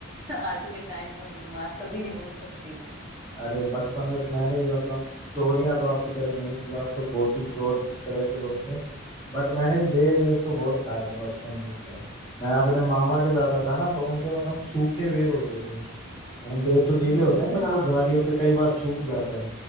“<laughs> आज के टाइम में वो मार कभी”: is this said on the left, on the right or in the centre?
Right